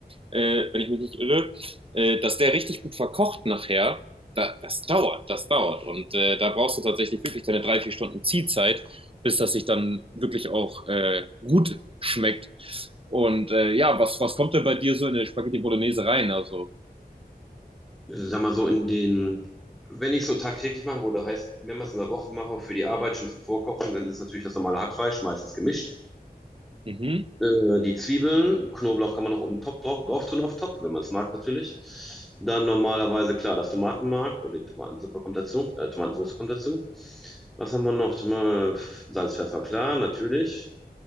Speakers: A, on the right (about 35°); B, in the centre.
A: äh, wenn ich mich nicht irre, äh, dass der richtig gut verkocht nachher. Da, das dauert, das dauert. Und äh, da brauchst du tatsächlich wirklich deine drei, vier Stunden Ziehzeit, bis das sich dann wirklich auch äh, gut schmeckt. Und äh, ja, was, was kommt denn bei dir so in eine Spaghetti Bolognese rein? Also,
B: Sag mal so in den, wenn ich es so tagtäglich mache, oder heißt, wenn man es in der Woche mache, für die Arbeit schon zum Vorkochen, dann ist es natürlich das normale Hackfleisch, meistens gemischt.
A: mhm,
B: Äh, die Zwiebeln, Knoblauch kann man noch oben top drauf, drauf tun, auf top, wenn man es mag natürlich. Dann normalerweise, klar, das Tomatenmark oder die Tomatensuppe kommt dazu, äh, Tomatensauce kommt dazu. Was haben wir noch? Toma- Salz, Pfeffer, klar, natürlich.